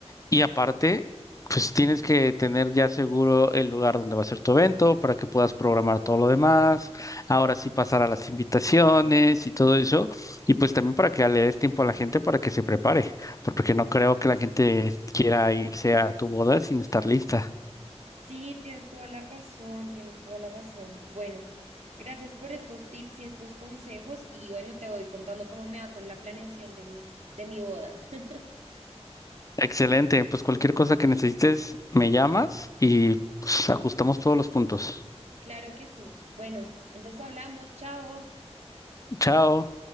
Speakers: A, on the left (about 30°); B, on the right (about 75°).
A: y aparte, pues tienes que tener ya seguro el lugar donde va a ser tu evento para que puedas programar todo lo demás, ahora sí pasar a las invitaciones y todo eso, y pues también para que le des tiempo a la gente para que se prepare, porque no creo que la gente quiera irse a tu boda sin estar lista.
B: Sí, tienes toda la razón, tienes toda la razón. Bueno, gracias por estos tips y estos consejos y bueno, te voy contando cómo me va con la planeación de mi, de mi boda. <laughs>
A: Excelente, pues cualquier cosa que necesites, me llamas y pues, ajustamos todos los puntos.
B: Claro que sí. Bueno, entonces hablamos, chao.
A: Chao.